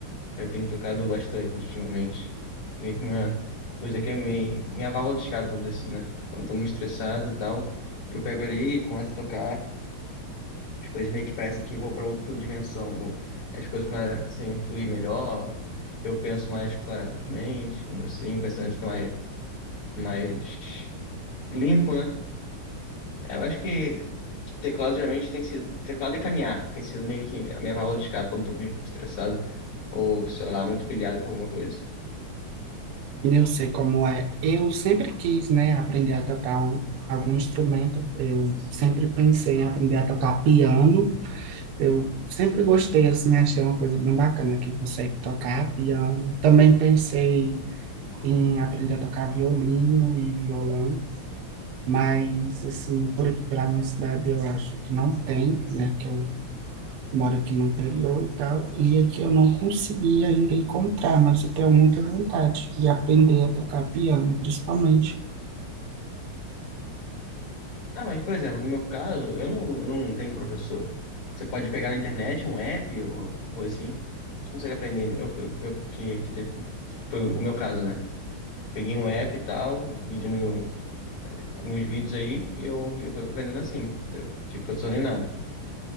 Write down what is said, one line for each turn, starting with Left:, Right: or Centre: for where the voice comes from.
Left: Eu tenho tocado bastante ultimamente. Meio que uma coisa que é meio, minha válvula de escape, vamos dizer assim, né? Quando eu tô muito estressado e tal, eu pego ali e começo a tocar. As coisas meio que parecem que eu vou para outra dimensão. ou As coisas começam a fluir melhor. Eu penso mais claramente, assim, o pensamento fica mais, mais limpo, né? É, Eu acho que teclado geralmente tem sido. Teclado e caminhar tem sido meio que a minha válvula de escape quando eu tô muito estressado ou, sei lá, muito pilhado com alguma coisa.
Right: E Eu sei como é. Eu sempre quis, né, aprender a tocar um- algum instrumento. Eu sempre pensei em aprender a tocar piano. Eu sempre gostei, assim, achei uma coisa bem bacana quem consegue tocar piano. Também pensei em aprender a tocar violino e violão. Mas, assim, por aqui pela minha cidade eu acho que não tem, né? Que eu moro aqui no interior e tal, e aqui eu não consegui ainda encontrar, mas eu tenho muita vontade de aprender a tocar piano, principalmente.
Left: Ah, mas, por exemplo, no meu caso, eu não, eu não tenho professor. Você pode pegar na internet um app ou coisa assim. Você consegue aprender, entendeu? Foi o que, eu- que, que teve- que foi o meu caso, né? Peguei um app e tal, um vídeo no, alguns vídeos aí, e eu, eu fui aprendendo assim. entendeu? Não tive professor nem nada.